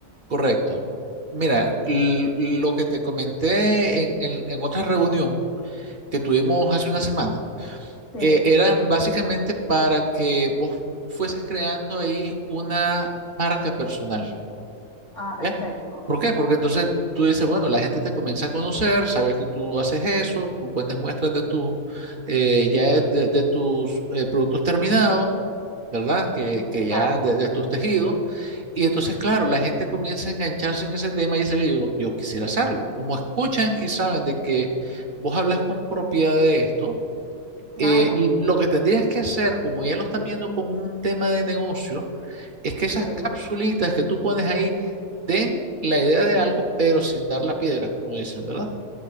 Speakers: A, on the right; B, on the left.
A: correcto. Mira, l- lo que te comenté en, en- en otra reunión que tuvimos hace una semana,
B: Sí.
A: eh, era básicamente para que vos fueses creando ahí una marca personal,
B: Ah, perfecto.
A: ¿ya? ¿Por qué? Porque entonces tú dices, bueno, la gente te comienza a conocer, sabes que tú haces eso, tú pones muestras de tus, eh,
B: Sí,
A: ya de, de tus eh, productos terminados, ¿verdad? Que, que
B: claro,
A: ya de, de tus tejidos. Y entonces, claro, la gente comienza a engancharse en ese tema y dice, "Ve, yo, lo- yo quisiera hacerlo. Como escuchan y saben de que vos hablas con propiedad de esto,
B: claro.
A: eh, y lo que tendrías que hacer, como ya lo estás viendo con un tema de negocio, es que
B: Sí,
A: esas capsulitas que tú pones ahí den la idea de algo, pero sin dar la piedra, como dicen, ¿verdad?